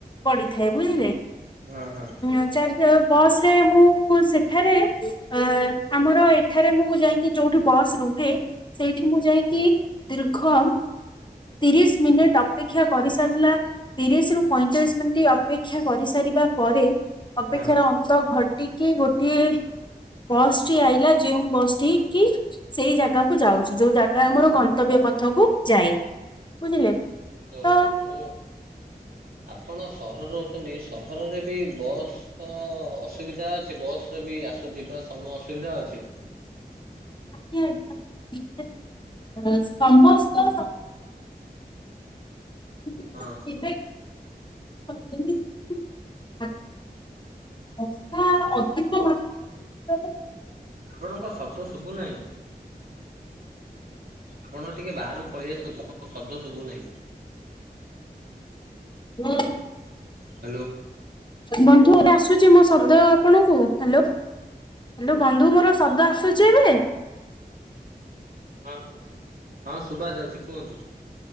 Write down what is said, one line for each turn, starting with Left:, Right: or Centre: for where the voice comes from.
Left: ପଡିଥାଏ ବୁଝିଲେ
Right: ହଁ ହଁ
Left: ଆଚା ବସରେ ମୁଁ ସେଠାରେ ଆ ଆମର ଏଠାରେ ମୁଁ ଯାଇକି ଯୋଉଁଠି ବସ୍ ରୁହେ ସେଇଠି ମୁଁ ଯାଇକି
Right: ହଁ
Left: ଦୀର୍ଘ ତିରିଶି ମିନିଟ୍
Right: ହଁ
Left: ଅପେକ୍ଷା କରିସାରିଲା ତିରିଶିରୁ ପଇଁଚାଳିଶି ମିନିଟ୍ ଅପେକ୍ଷା କରିସାରିବା ପରେ ଅପେକ୍ଷାର
Right: ହଁ।
Left: ଅନ୍ତ ଘଟିକି ଗୋଟଏ ବସ୍ଟି ଆଇଲାା ଯେଉଁ ବସ୍ କି ସେଇ ଜାଗାକୁ ଯାଉଛି ଯୋଉ ଜାଗା ଆମର ତ୍ତବ୍ୟ
Right: ହଁ
Left: ପଥକୁ ଯାଏ ବୁଝିଲେ।
Right: ଯୋଉ
Left: ତ
Right: ମୁଁ ଆପଣ ସହର ରହୁଛନ୍ତି ସହରରେ ବି ବସ୍ ତ ଅସୁବିଧା ଅଛି ବସ ରେ ବି ଆସୁଥିବା ସମୟ ଅସୁବିଧା ଅଛି।
Left: <unintelligible> ସମସ୍ତ <unintelligible>
Right: ହଁ
Left: <unintelligible> ହ ଅଧିକ
Right: ହଁ
Left: ମାତ୍ରାରେ
Right: ଆପଣଙ୍କ ଶବ୍ଦ ଶୁଭୁ ନାହିଁ। ଆପଣ ଟିକେ ବାହାରକୁ ପଳେଇ ଆସନ୍ତୁ ଆପଣଙ୍କ ଶବ୍ଦ ଶୁଭୁନାହିଁ।
Left: ହୁଁ।
Right: ହ୍ୟାଲୋ।
Left: ବନ୍ଧୁ ଏବେ ଆସୁଛି ମୋ ଶବ୍ଦ ଆପଣଙ୍କୁ ହ୍ୟାଲୋ। ହ୍ୟାଲୋ ବନ୍ଧୁ ମୋର ଶବ୍ଦ ଆସୁଛି ଏବେ।
Right: ହଁ ହଁ ଶୁଭା ଯାଉଛି କୁହନ୍ତୁ।